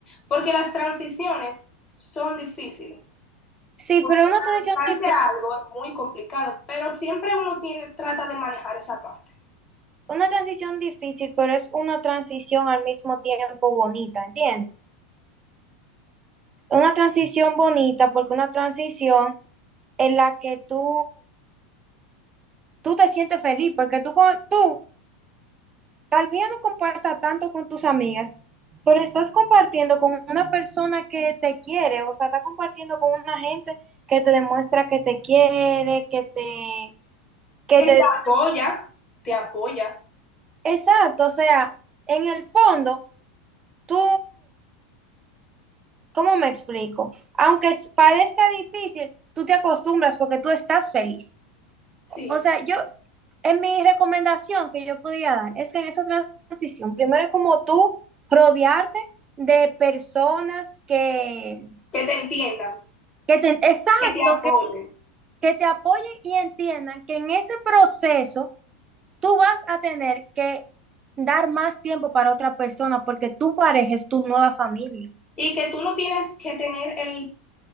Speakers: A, on the left; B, on the right.
A: porque las transiciones son difíciles.
B: Sí,
A: Porque
B: pero una transición
A: adaptarse
B: difícil,
A: a algo es muy complicado, pero siempre uno tiene, trata de manejar esa parte.
B: una transición difícil, pero es una transición al mismo tiempo bonita, ¿entiendes? Una transición bonita porque una transición en la que tú, tú te sientes feliz, porque tú, con- tú tal vez no compartas tanto con tus amigas, pero estás compartiendo con una persona que te quiere, o sea, estás compartiendo con una gente que te demuestra que te quiere, que te, que
A: Que
B: te,
A: te apoya, te apoya,
B: exacto, o sea, en el fondo tú ¿Cómo me explico? Aunque es- parezca difícil, tú te acostumbras porque tú estás feliz.
A: sí,
B: O sea, yo, en mi recomendación que yo podría dar es que en esa transición, primero es como tú rodearte de personas que,
A: que te entiendan,
B: que te, exacto,
A: que te apoyen
B: que, que te apoyen y entiendan que en ese proceso tú vas a tener que dar más tiempo para otra persona porque tu pareja es tu nueva familia.
A: y que tú no tienes que tener el